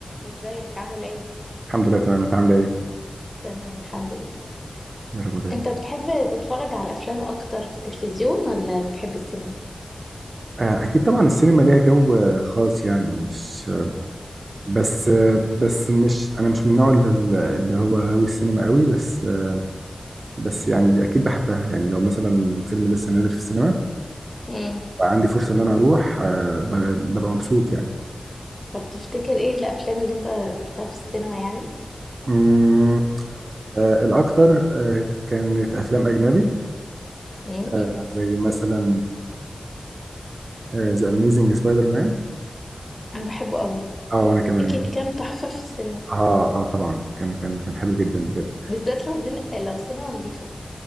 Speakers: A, on the left; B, on the right.
A: ازيك عامل ايه
B: الحمد لله تمام انت عامله ايه
A: تمام الحمد لله
B: يا رب دايما
A: انت بتحب تتفرج على افلام اكتر في التلفزيون ولا بتحب السينما
B: آه، اكيد طبعا السينما ليها جو آه، خاص يعني مش آه، بس آه، بس مش انا مش من النوع اللي اللي هو غاوي السينما قوي بس آه، بس يعني اكيد بحبها يعني لو مثلا فيلم لسه نازل في السينما
A: امم
B: عندي فرصه ان انا اروح آه، ب- ببقى مبسوط يعني
A: طب تفتكر ايه الافلام اللي انت دخلتها في السينما يعني
B: مم، آه، الاكتر آه، كانت افلام اجنبي
A: امم
B: آه، زي مثلا ذا اميزنج سبايدر مان
A: انا بحبه قوي
B: اه وانا كمان
A: اكيد كان تحفة في السينما
B: اه اه طبعا كان كان كان حلو جدا بجد
A: بالذات لو زين... لو سينما نظيفة